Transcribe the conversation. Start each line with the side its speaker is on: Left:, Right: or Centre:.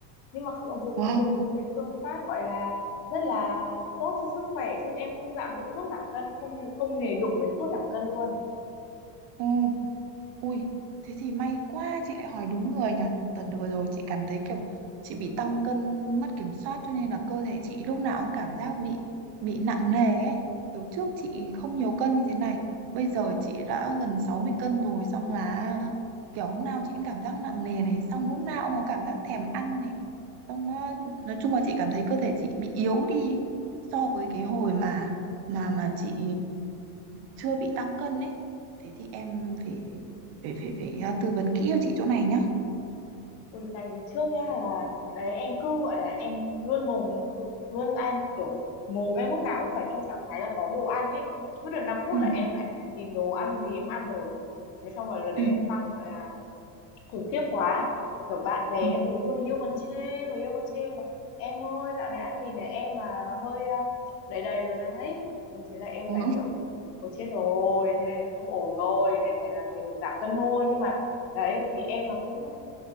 Left: Nhưng mà kh- dùng
Right: Wow,
Left: dùng những cái phương pháp gọi là rất là tốt cho sức khỏe Chứ em không dạng dụng thuốc giảm cân không không hề đụng đến thuốc giảm cân luôn
Right: ừ. Ui, thế thì may quá chị lại hỏi đúng người nhỉ. Tật vừa rồi chị cảm thấy kiểu chị bị tăng cân mất kiểm soát cho nên là cơ thể chị lúc nào cũng cảm giác bị bị nặng nề ấy. Kiểu trước chị không nhiều cân như thế này. Bây giờ chị đã gần 60 cân rồi xong là kiểu lúc nào chị cũng cảm giác nặng nề này, xong lúc nào cũng có cảm giác thèm ăn này. Xong ờ, nói chung là chị cảm thấy cơ thể chị bị yếu đi so với cái hồi mà mà mà chị chưa bị tăng cân ấy. Thế thì em phải phải phải phải à, tư vấn kỹ cho chị chỗ này nhá
Left: Ôi, tại vì trước nha là đấy em cứ gọi là em luôn mồm luôn ăn kiểu mồm em lúc nào cũng phải trong trạng thái là có đồ ăn ấy cứ được năm phút
Right: ừ
Left: là em lại phải tìm đồ ăn gì em ăn rồi thế xong rồi lần đấy
Right: ừ
Left: em tăng gọi là khủng khiếp quá kiểu bạn bè
Right: ừ
Left: các thứ người yêu còn chê người yêu còn chê mà em ơi dạo này anh nhìn thấy em mà hơi um, đầy đầy rồi đấy ui thế là em
Right: ờ,
Left: phải kiểu ôi chết rồi thế này là không ổn rồi thế này phải là mình phải giảm cân thôi nhưng mà đấy thì em là cũng